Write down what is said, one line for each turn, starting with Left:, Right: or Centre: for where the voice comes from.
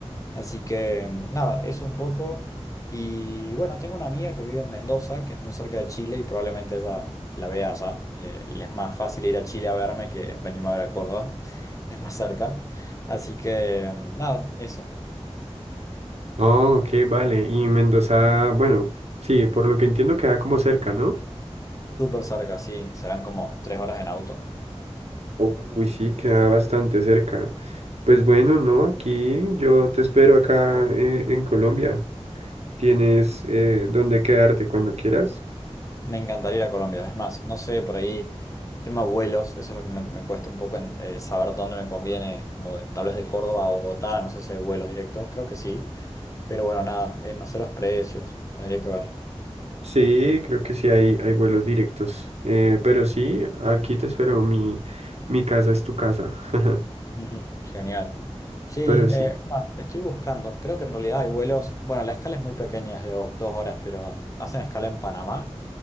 Left: Así que mm, nada, eso un poco. Y bueno, tengo una amiga que vive en Mendoza, que es muy cerca de Chile y probablemente ella la vea allá. Le, le es más fácil ir a Chile a verme que venirme a ver a Córdoba. <laughs> Es más cerca. Así que mm, nada, eso.
Right: Oh, ok, vale, y Mendoza, bueno, sí, por lo que entiendo queda como cerca, ¿no?
Left: Súper cerca, sí. Serán como tres horas en auto.
Right: Uy, sí, queda bastante cerca. Pues bueno, no, aquí yo te espero acá eh, en Colombia. Tienes eh, dónde quedarte cuando quieras.
Left: Me encantaría ir a Colombia. Es más, no sé, por ahí, tema vuelos, eso es lo que me, me cuesta un poco en, eh, saber dónde me conviene, como de- tal vez de Córdoba a Bogotá, no sé si hay vuelos directos, creo que sí. Pero bueno, nada, eh, no sé los precios, tendría que ver.
Right: Sí, creo que sí hay, hay vuelos directos. Eh, pero sí, aquí te espero. Mi, mi casa es tu casa. <laughs>
Left: <laughs> Ujú, Genial. Sí, eh,
Right: Pero sí.
Left: es más, estoy buscando, creo que en realidad hay vuelos, bueno, la escala es muy pequeña, es de do- dos horas, pero hacen escala en Panamá